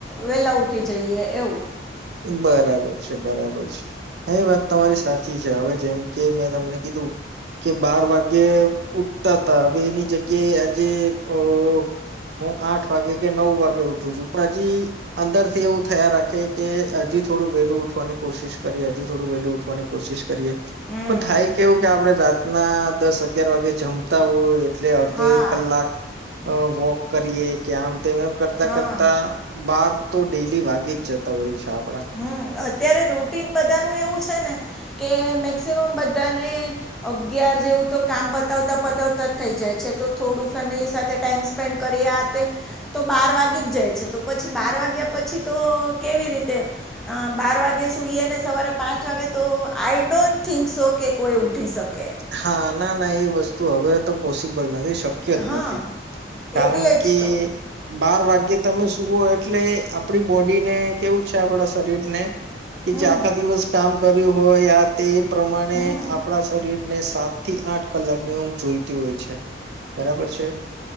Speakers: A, in the centre; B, on the right.
A: વેલા ઉઠી જઈએ એવું.
B: બરાબર છે બરાબર છે. હા, એ વાત તમારી સાચી છે. હવે જેમ કે મેં તમને કીધું કે બાર વાગ્યે ઉઠતા હતા. હવે એની જગ્યાએ આજે અઅ હું આઠ વાગે કે નવ વાગે ઉઠું છું પણ હજી અંદર થી એવું થયા રાખે કે હજી થોડું વેલું ઉઠવાની કોશિશ કરીએ, હજુ થોડું વેલું ઉઠવાની કોશિશ કરીએ.
A: હમ
B: પણ થાય કેવું કે આપડે રાતના દસ અગિયાર વાગે જમતા હોય એટલે અડધો
A: હા
B: એક અ કલાક વોક કરીએ કે આમ તેમ એમ કરતા
A: હા
B: કરતા બાર તો ડેલી વાગી જ જતા હોય છે આપ
A: હમ્મ. અત્યારે રૂટીન બધાનું એવું છે
B: <inaudible>
A: ને કે મેક્સિમમ બધાને અગિયાર જેવું તો કામ પતાવતા પતાવતા જ થઈ જાય છે તો થોડું ફેમિલી સાથે ટાઈમ સ્પેન્ડ કરીયે આ તે તો બાર વાગી જ જાય છે તો પછી બાર વાગ્યા પછી તો કેવી રીતે અ બાર વાગે સુઈએ ને સવારે પાંચ વાગે તો આઈ ડોન્ટ થિંક સો કે કોઈ ઉઠી શ
B: હા. ના ના એ વસ્તુ હવે તો પોસિબલ નથી. શક્ય જ
A: હા
B: નથી.
A: એટલે
B: કારણ
A: જ
B: કે
A: તો
B: બાર વાગ્યે તમે સુુઓ એટલે આપડી બોડીને કેવું છે આપડા શરીરને કે
A: હમ
B: જે આખા દિવસ કામ કર્યું હોય આ તે પ્રમાણે
A: હમ
B: આપણા શરીર ને સાત થી આઠ કલાકની ઊંઘ જોઈતી હોય છે. બરાબર છે?